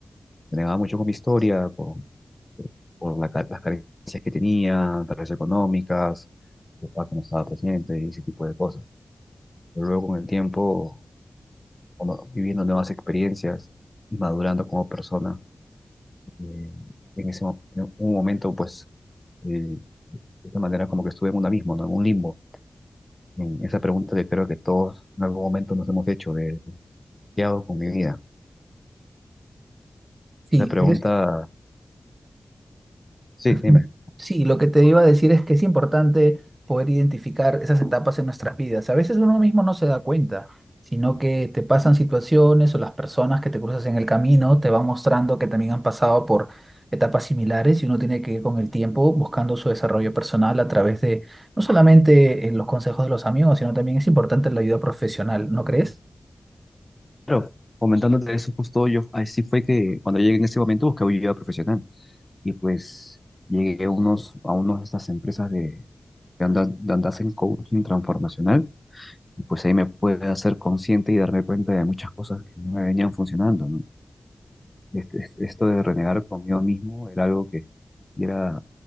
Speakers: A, on the left; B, on the right.
A: Renegaba mucho con mi historia, con, por la ca- las carencias que tenía, tal vez económicas, mi papá que no estaba presente y ese tipo de cosas. Pero luego con el tiempo, cuando- viviendo nuevas experiencias y madurando como persona, eh, en ese mo- en un momento, pues, eh, de esta manera como que estuve en un abismo, ¿no? En un limbo. En esa pregunta que creo que todos en algún momento nos hemos hecho ¿Qué hago con mi vida?
B: Sí,
A: Esa pregunta,
B: pero es
A: sí,
B: Ujú.
A: dime.
B: Sí, lo que te iba a decir es que es importante poder identificar esas etapas en nuestras vidas. A veces uno mismo no se da cuenta, sino que te pasan situaciones o las personas que te cruzas en el camino te van mostrando que también han pasado por etapas similares y uno tiene que ir con el tiempo buscando su desarrollo personal a través de no solamente eh, los consejos de los amigos, sino también es importante la ayuda profesional, ¿no crees?
A: Pero comentándote eso, justo yo, así fue que cuando llegué en ese momento busqué ayuda profesional y pues llegué a unos, a unas de estas empresas de, que andan, de hacen coaching transformacional y pues ahí me pude hacer consciente y darme cuenta de muchas cosas que no me venían funcionando, ¿no? Este- este- esto de renegar conmigo mismo era algo que era